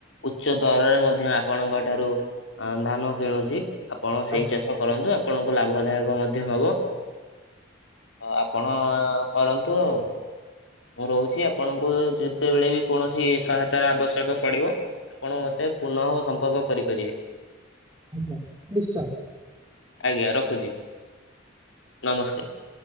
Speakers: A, on the left; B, on the right.
A: ଉଚ୍ଚ ଦରରେ ମଧ୍ୟ ଆପଣଙ୍କ ଠାରୁ ଧାନ କିଣୁଛି। ଆପଣ
B: ଆଜ୍ଞା
A: ସେଇ ଚାଷ କରନ୍ତୁ, ଆପଣଙ୍କୁ ଲାଭଦାୟକ ମଧ୍ୟ ହବ। ହଁ ଆପଣ କରନ୍ତୁ ଆଉ। ମୁଁ ରହୁଚି ଆପଣଙ୍କୁ ଯେତେବେଳେ ବି କୌଣସି ସହାୟତାର ଆବଶ୍ୟକ ପଡିବ, ଆପଣ ମତେ ପୁନଃ ସମ୍ପର୍କ କରିପାରିବେ।
B: ଆଜ୍ଞା ନିଶ୍ଚୟ।
A: ଆଜ୍ଞା ରଖୁଚି, ନମସ୍କାର। <inaudible>